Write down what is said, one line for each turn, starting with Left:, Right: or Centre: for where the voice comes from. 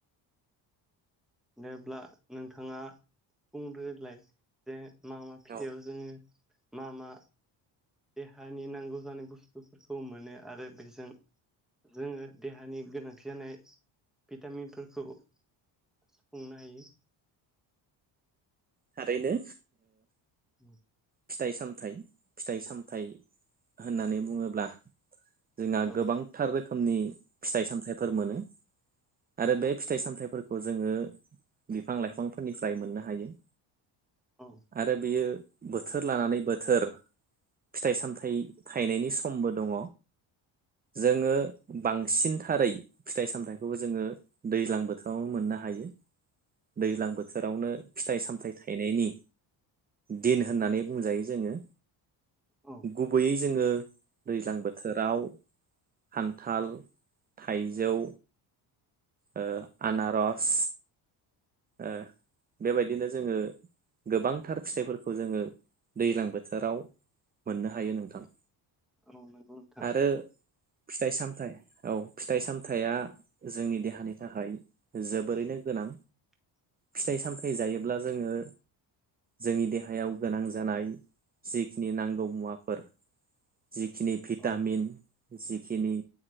Centre: जेब्ला नोंथाङा। बुंग्रोलाय जे मा मा फिथाइाव
Right: औ
Centre: जोङो मा मा। देहानि नांगौ जानाय बुस्थुफोरखौ मोनो आरो बेजों जोङो देहानि गोनांथि जानाय भिटामिनफोरखौ खुंनो हायो।
Right: थारैनो
Centre: औ।
Right: फिथाइ सामथाइ फिथाइ सामथाइ होननानै बुङोब्ला जोंहा
Centre: औ
Right: गोबांथार रोखोमनि फिथाइ सामथाइफोर मोनो आरो
Centre: औ
Right: बे फिथाइ सामथाइफोर खौ जोङो बिफां लाइफांफोरनिफ्राय मोननो हायो।
Centre: औ
Right: आरो बियो बोथोर लानानै बोथोर फिथाइ सामथाइ थायनायनि समबो दङ जोङो बांसिनथारै फिथाइ सामथाइखौबो जोङो दैज्लां बोथोरावनो मोन हायो दैज्लां बोथोरावनो फिथाइ सामथाय थाइनायनि दिन होननानै बुंजायो जोङो।
Centre: औ
Right: गुबैयै जोङो दैज्लां बोथोराव खान्थाल थाइजौ। ओ आनारस ओ बेबायदिनो जोङो गोबांथार फिथाइफोरखौ जोङो दैज्लां बोथोराव मोननो हायो नोंथां।
Centre: औ नंगौ नोंथां।
Right: आरो फिथाइ सामथायाइ औ फिथाइ सामथायाइया जोंनि देहानि थाखाय जोबोरैनो गोनां
Centre: <inaudible>
Right: फिथाइ सामथाइ जायोब्ला जोङो। जोंनि देहायाव गोनां जानाय जिखिनि नांगौ मुवाफोर जिखिनि भिटामिन
Centre: औ
Right: जिखिनि